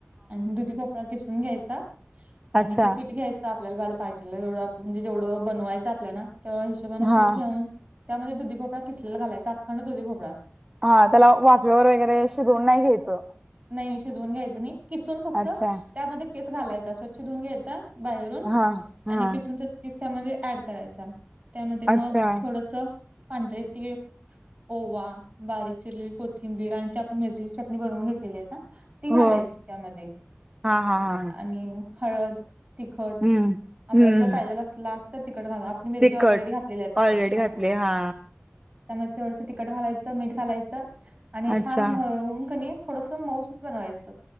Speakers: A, on the right; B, on the right.
A: आणि दुधी भोपळा किसून घ्यायचा
B: अच्छा
A: आणि ते पीठ घ्याय चा आपल्याला पाल पाहिजेल तेवढं <unintelligible> म्हणजे जेवढं बनवायचं आहे आपल्याला तेवढ्या हिशोबाने
B: हा
A: पीठ घेऊन त्यामध्ये दुधी भोपळा किसलेला घालायचा अखंड दुधी भोपळा.
B: हां त्याला वाफेवर वगैरे शिजवून नाही घ्यायचं?
A: नाही नाही शिजवून घ्यायचं नाही किसून फक्त
B: अच्छा
A: त्यामध्ये किस घालायचा स्वच्छ धुऊन घ्यायचा. बाहेरून
B: हा हा
A: आणि किसून त्याचा किस त्यामध्ये ऍड करायचा. त्यामध्ये मग
B: अच्छा
A: थोडसं पांढरे तीळ ओवा, बारीक चिरलेली कोथिंबीर आणि ती आपण मिरचीची चटणी बनवून घेतलेली आहे ना. ती घालायची
B: हो
A: त्यामध्ये
B: हा हा हा
A: आणि हळद. तिखट
B: हम्म
A: आपल्याला
B: हम्म
A: जर पाहिजेल असला तर तिखट घाला मिरची
B: तिखट
A: ऑलरेडी घातलेली असते
B: ऑलरेडी
A: हां.
B: घातले हा
A: त्यामुळे थोडसं तिखट घालायचं, मीठ घालायचं आणि
B: अच्छा
A: छान मळून क नाई थोडस मऊसुत बनवायचं.